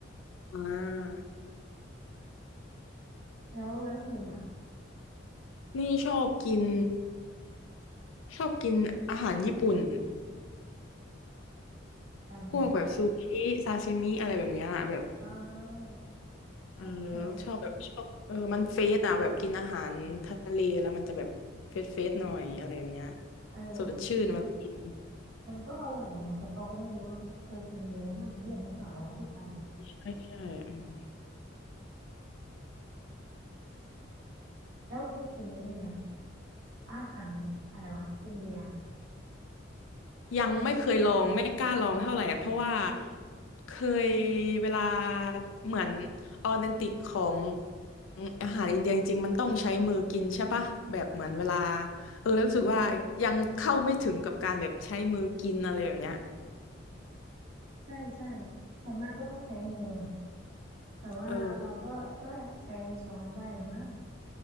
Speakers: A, on the left; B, on the right.
A: อ่า
B: แล้วแล้วพิมพ์อ่ะ
A: นี่ชอบกินชอบกินอาหารญี่ปุ่น
B: ราเมง
A: พวกแบบซูชิซาชิมิอะไรแบบเนี้ยแบบ
B: อ้าว
A: เออ
B: ของสด
A: ชอบแบบชอบเออมันเฟสอ่ะแบบกินอาหารทะเลแล้วมันจะแบบเฟสเฟสหน่อยอะไรแบบเนี้ย
B: เออมัน
A: สดชื่นมากิน
B: มันก็อร่อยนะแต่เขาก็ไม่รู้ว่าแบบเออกินเยอะแล้วมันเลี่ยนหรือเปล่าวะไอ้พวกปลาดิบ
A: ใช่ใช่อืม
B: แล้วเคยกินไอ้นี่ไหมอาหารอะไรวะอินเดีย
A: ยังไม่เคยลองไม่กล้าลองเท่าไหร่อะเพราะว่าเคยเวลาเหมือนออเทนติกของอาหารอินเดียจริงๆมันต้องใช้มือกินใช่ปะแบบเหมือนเวลาเออแล้วรู้สึกว่ายังเข้าไม่ถึงกับการแบบใช้มือกินอะไรแบบเนี้ย
B: ใช่ใช่ส่วนมากก็ต้องใช้มือ แต่ว่าเราก็ว่าใช้ช้อนได้หรือมั้ง
A: เออ